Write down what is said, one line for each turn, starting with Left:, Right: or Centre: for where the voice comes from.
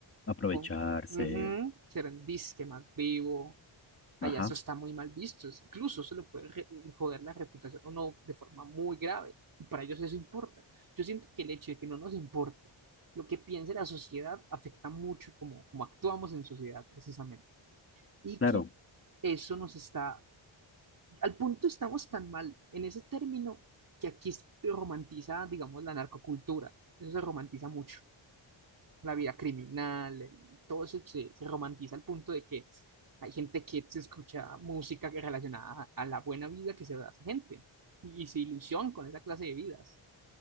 Left: Aprovecharse,
Right: con ujú, que era el disque más vivo. Allá
Left: Ajá,
Right: eso está muy mal visto. es- Incluso se le puede re- joder la reputación a uno de forma muy grave. Y para ellos eso importa. Yo siento que el hecho de que no nos importe lo que piense la sociedad afecta mucho como, como actuamos en sociedad precisamente. Y
Left: claro,
Right: que eso nos está al punto estamos tan mal en ese término que aquí se romantiza, digamos, la narcocultura. Eso se romantiza mucho. La vida criminal, el- todo eso se, se romantiza al punto de que hay gente que se escucha música que relacionada a, a la buena vida que se da a esa gente y, y se ilusión con esa clase de vidas.